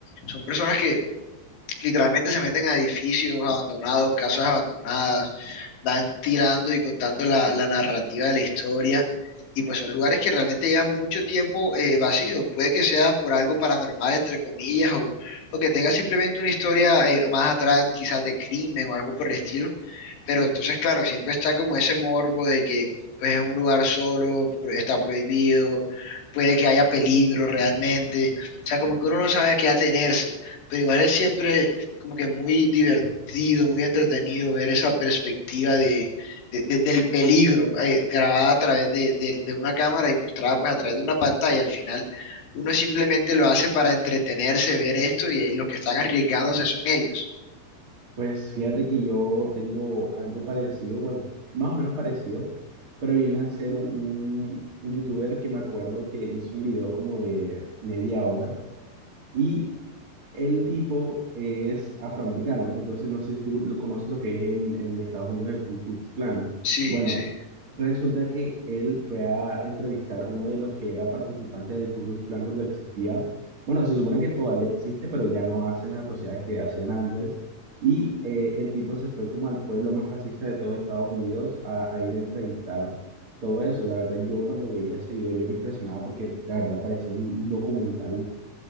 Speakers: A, on the left; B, on the right.
A: son personas que Literalmente se meten a edificios abandonados, casas abandonadas, van tirando y contando la, la narrativa de la historia. Y pues son lugares que realmente llevan mucho tiempo eh, vacíos. Puede que sea por algo paranormal, entre comillas, o, o que tenga simplemente una historia eh, más atrás, quizás de crimen o algo por el estilo. Pero entonces, claro, siempre está como ese morbo de que pues es un lugar solo, pro- está prohibido, puede que haya peligro realmente. O sea, como que uno no sabe a qué atenerse pero igual es siempre como que muy divertido, muy entretenido ver esa perspectiva de, de- de- del peligro eh, grabada a través de, de- de una cámara y mostrada pues a través de una pantalla. Al final uno simplemente lo hace para entretenerse, ver esto y ahí los que están arriesgándose son ellos.
B: Pues fíjate que yo tengo algo parecido, bueno, más o menos parecido, pero viene a ser un, un- un youtuber que me acuerdo que hizo un video como de media hora y el tipo es afroamericano, entonces no sé si tú lo conoces lo que es en, en Estados Unidos el Ku Klux Klan.
A: Sí,
B: Bueno,
A: sí.
B: resulta que él fue a entrevistar uno de los que era participante del Ku Klux Klan cuando existía. Bueno, se supone que todavía existe, pero ya no hacen las atrocidades que hacían antes. Y eh, el tipo se fue como al pueblo más racista de todos Estados Unidos a, a ir a entrevistar todo eso. La verdad, yo cuando veía ese video, yo me impresionaba porque la verdad parecía un documental